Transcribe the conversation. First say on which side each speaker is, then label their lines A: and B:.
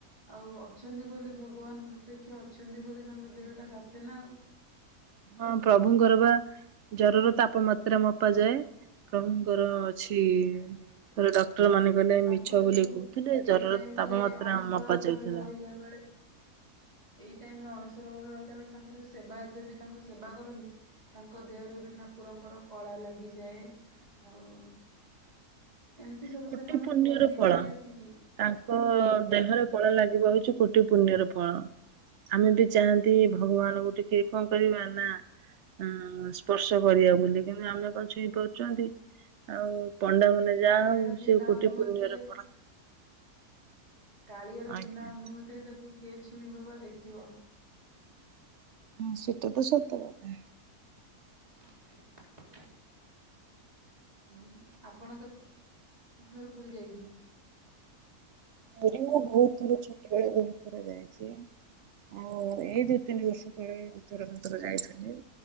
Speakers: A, on the right; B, on the right.
A: ଆଉ ଅଛନ୍ତି ବୋଲି ଭଗବାନ ପ୍ରତ୍ୟକ୍ଷ ଅଛନ୍ତି ବୋଲି ତାଙ୍କ ଦେହଟା ତାତେ ନାଉ। <inaudible>
B: ହଁ ପ୍ରଭୁଙ୍କର ବା ଜରର ତାପମାତ୍ରା ମପା ଯାଏ ପ୍ରଭୁ ଙ୍କର ଅଛି
A: ଆଜ୍ଞା ଆଜ୍ଞା
B: ଥରେ ଡକ୍ଟର ମାନେ କହଲେ
A: ତାଙ୍କର
B: ମିଛ ବୋଲି
A: ଯୋଉ
B: କହୁଥିଲେ
A: ଏଇ
B: ଜରର
A: ଟାଇମ
B: ତାପମାତ୍ରା
A: ରେ ଅଣସର
B: ମପା ଯାଉଥିଲା।
A: ଘରେ ରହିଲା ବେଳେ ଏଇ ଟାଇମରେ ଅଣସ ର ରହିଲା ବେଳେ ତାଙ୍କର ସେବାୟତ ଯେ ତାଙ୍କ ସେବା କରନ୍ତି ତାଙ୍କ ଦେହରେ ବି ଠାକୁରଙ୍କର କଳା ଲାଗିଯାଏ ଆଉ ଏମିତି
B: ସେ
A: ସବୁ
B: କୋଟି
A: ସେମାନେ
B: ପୁଣ୍ୟର
A: କୁହନ୍ତିନି
B: ଫଳ
A: କି ଆସିକି
B: ତାଙ୍କ ଦେହରେ
A: ଆଜ୍ଞା
B: କଳା ଲାଗିବ ହଉଛି କୋଟି ପୁଣ୍ୟର ଫଳ ଆମେ ବି ଚାହାନ୍ତି
A: ଆଜ୍ଞା
B: ଭଗବାନଙ୍କୁ ଟିକେ କଣ କରିବା ନା ଅ ସ୍ପର୍ଶ କରିବା ବୋଲି କିନ୍ତୁ ଆମେ କଣ ଛୁଇଁ ପାରୁଛନ୍ତି ଆଉ ପଣ୍ଡା ମାନେ
A: କାଳିଆର
B: ଯାହା ହଉ ସେ
A: ବିନା
B: କୋଟି
A: ଅନୁମତିରେ
B: ପୁଣ୍ୟର ଫଳ।
A: କାଳିଆର
B: ଆଜ୍ଞା।
A: ବିନା ଅନୁମତିରେ ତାକୁ କିଏ ଛୁଇଁବ ବା ଦେଖିବ।
B: ହୁଁ ସେଟା ତ ସତ କଥା।
A: <inaudible> ଆଉ ଆପଣ କେତେ ଥର ପୁରୀ ଯାଇଛନ୍ତି?
B: ପୁରୀ ମୁଁ ବହୁତ ଥର ଛୋଟବେେଳେ ବହୁତ ଥର ଯାଇଛି। ଆଉ ଏଇ ଦି ତିନି ବର୍ଷ ତଳେ ଦି ଥର ତିନ ଥର ଯାଇଥିଲି।